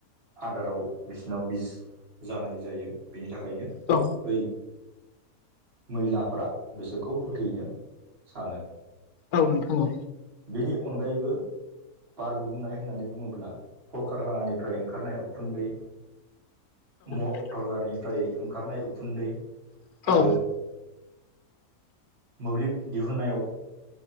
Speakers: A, on the right (about 40°); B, on the left (about 80°).
A: आदाराव बिसिनाव बिस जानाय जायो बेनि थाखायनो
B: औ
A: बै मैलाफोरा बिसोरखौ फोथैनो सानो।
B: औ नोंथां औ
A: बेनि अनगायैबो बार गुबुंनाय होननानै बुङोब्ला कलकारकानानिफ्राय ओंखारनाय उखुन्दै मटर
B: औ
A: गारिनिफ्राय ओंखारनाय उखुन्दै
B: औ
A: आरो मोब्लिब दिहुननायाव